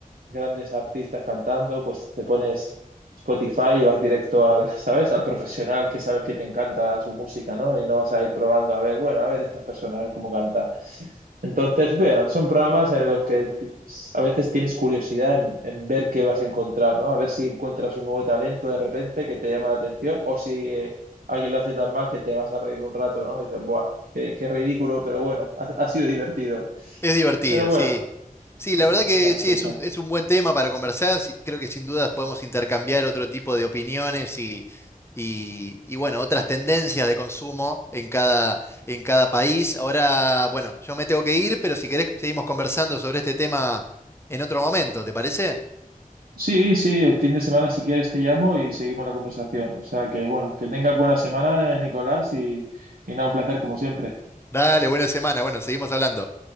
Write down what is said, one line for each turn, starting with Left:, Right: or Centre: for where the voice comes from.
Right: grandes artistas cantando, pues te pones Spotify y vas directo al, <laughs> ¿sabes? Al profesional que sabes que te encanta su música, ¿no? Y no vas a ir probando a ver, bueno, a ver esta persona, a ver cómo canta. Entonces, bueno, son programas en los que t- a veces tienes curiosidad en, en ver qué vas a encontrar, ¿no? A ver si encuentras un nuevo talento de repente que te llama la atención o si eh, alguien lo hace tan mal que te vas a reír un rato, ¿no? Y dices, ¡buah! Qué, qué ridículo, pero bueno, ha, ha sido divertido.
Left: Es divertido,
Right: Pero bueno,
Left: sí. Sí, la
Right: sí,
Left: verdad
Right: exacto,
Left: que sí,
Right: exacto.
Left: es un, es un buen tema para conversar. sí, creo que sin dudas podemos intercambiar otro tipo de opiniones y, y, y, bueno, otras tendencias de consumo en cada, en cada país. Ahora, bueno, yo me tengo que ir, pero si querés seguimos conversando sobre este tema en otro momento, ¿te parece?
Right: Sí, sí, el fin de semana si quieres te llamo y seguimos la conversación. O sea que bueno, que tengas buena semana, eh, Nicolás, y, y nada, un placer como siempre.
Left: Dale, buena semana. Bueno, seguimos hablando.